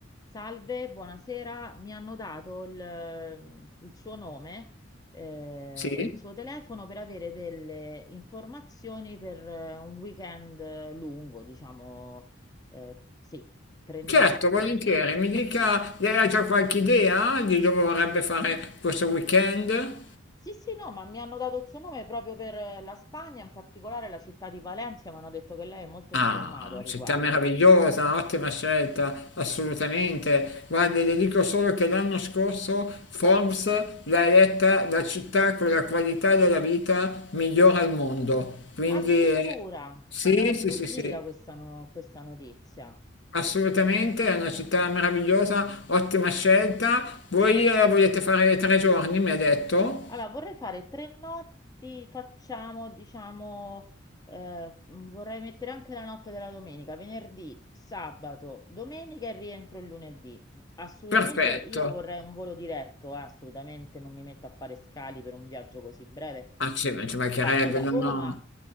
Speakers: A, on the left; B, on the left.
A: Salve, buonasera. Mi hanno dato il, eh, il suo nome eh,
B: Sì,
A: e il suo telefono per avere delle informazioni per eh, un weekend eh, lungo, diciamo, eh, sì, tre notti.
B: certo, volentieri. Mi dica, lei ha già qualche idea di dove vorrebbe fare questo weekend?
A: Sì, sì, no, ma mi hanno dato il suo nome proprio per eh, la Spagna, in particolare la città di Valencia, mi hanno detto che lei è molto
B: Ah,
A: informato a riguardo.
B: città meravigliosa, ottima scelta, assolutamente. Guarda, le dico solo che l'anno scorso Forbes l'ha eletta la città con la qualità della vita migliore al mondo. Quindi
A: Addirittura
B: eh, sì,
A: mi era sfuggita
B: sì, sì, sì,
A: questa, no- questa notizia.
B: assolutamente, è una città meravigliosa, ottima scelta. Voi eh, volete fare tre giorni, mi ha detto?
A: Allora, vorrei fare tre notti, facciamo, diciamo, eh, mh, vorrei mettere anche la notte della domenica, venerdì, sabato, domenica e rientro il lunedì. Assolutamente,
B: Perfetto,
A: io vorrei un volo diretto, eh, assolutamente non mi metto a fare scali per un viaggio così breve.
B: ah sì, ma ci mancherebbe,
A: Parto da
B: no,
A: Roma.
B: no.